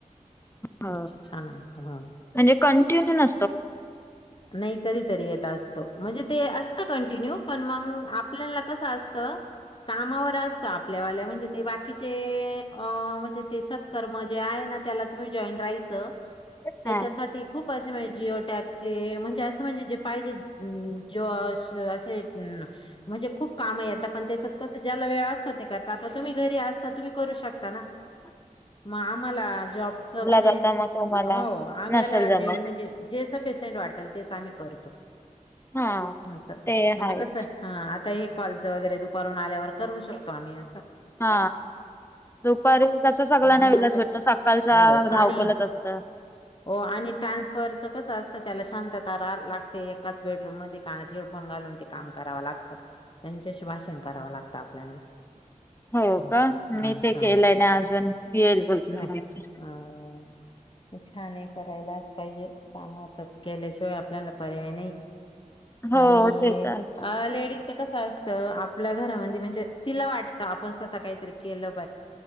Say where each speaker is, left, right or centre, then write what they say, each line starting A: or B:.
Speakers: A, on the left (about 20°); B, on the left (about 40°).
A: ह म्हणजे
B: अच्छा छान वाटतं हा.
A: कंटिन्यू न
B: नाही कधीतरी असत म्हणजे असत कंटन्य पण म आपल्याला कसं असत कामावर असत आपल्यावाल्या म्हणजे ते बाकीचे अ म्हणजे ते सत्कर्म जे आहे ना त्याला तुम्ही जॉईन राहायचं त्याच्यासाठी
A: हा
B: खूप म्हणजे जिओटॅकचे म्हणजे असं म्हणजे जे पाहिजे जो असे म्हणजे खूप काम आहे आता पण त्याच्यात कसं ज्याला वेळ असतं ते करत आता तुम्ही घरी असता तुम्ही करू शकता ना
A: ह
B: मग आम्हाला जॉबच म्हणजे
A: जाता मग तुम्हाला
B: हो आम्याला
A: नसेल जमत
B: जे म्हणजे जे वाटतं ते सांग मी करतो
A: हा
B: असं
A: ते आहेत
B: म्हणजे कस हा ह आता हे कॉलच वगैरे दुपारून आल्यावर करू शकतो आम्ही असं
A: हा दुपारी कस सगळ्यांना
B: आणि
A: वेलाच
B: आता
A: भेटत सकाळच
B: हो
A: धावपलच
B: आणि
A: असत
B: हो आणि ट्रान्सफरच कसं असतं त्याला शांतता लागते एकाच बेडरूम मध्ये कानात हेडफोन घालून ते काम कराव लागते त्यांच्याशी भाषण करावं लागतं आपल्याला
A: हो
B: हं.
A: का मी
B: अच्छा
A: ते
B: हा
A: केलंय ना अजून येईल बोलतोय
B: नाही
A: माहिती <unintelligible>
B: अ छान आहे करायलाच पाहिजे कामात केल्याशिवाय आपल्याला पर्याय
A: हो
B: आणि
A: ते तर आहे.
B: लेडीज कस अस आपल्या घरामध्ये म्हणजे तिला वाटत आपण स्वतः काहीतरी केलं